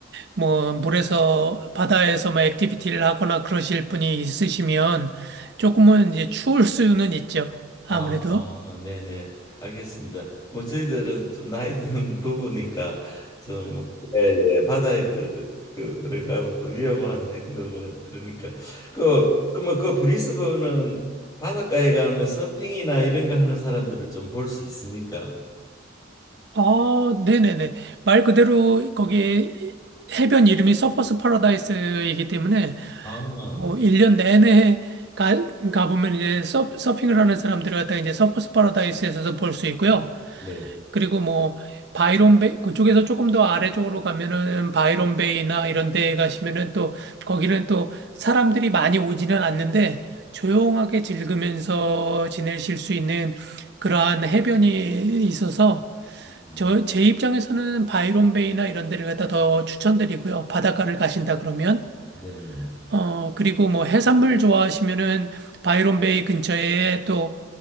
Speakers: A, on the right (about 60°); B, on the left (about 20°).
A: 뭐 물에서 바다에서 뭐 액티비티를 하거나 그러실 분이 있으시면 조금은 이제 추울 수는 있죠. 아무래도.
B: 아, 아, 네네, 알겠습니다. 뭐 저희들은 좀 나이 든 <laughs> 부부니까 좀 뭐, 예, 예, 바다에 들, 그, 들어가고 또 위험한 행동은 그러니까 그 그러면 그 브리스번은 바닷가에 가면 서핑이나 이런 거 하는 사람들을 좀 볼 수 있습니까?
A: 아, 네네네. 말 그대로 거기 해변 이름이 서퍼스 파라다이스이기 때문에
B: 아,
A: 뭐 1년 내내 가, 가보면 이제 서, 서핑을 하는 사람들을 갖다가 이제 서퍼스 파라다이스에서도 볼 수 있고요.
B: 네,
A: 그리고 뭐 바이론 베이 그쪽에서 조금 더 아래쪽으로 가면은 바이론 베이나 이런 데 가시면은 또 거기는 또 사람들이 많이 오지는 않는데 조용하게 즐기면서 지내실 수 있는 그러한 해변이 있어서
B: 음,
A: 저 제 입장에서는 바이론 베이나 이런 데를 갖다 더 추천드리고요. 바닷가를 가신다 그러면
B: 네네,
A: 어 그리고 뭐 해산물 좋아하시면은 바이론 베이 근처에 또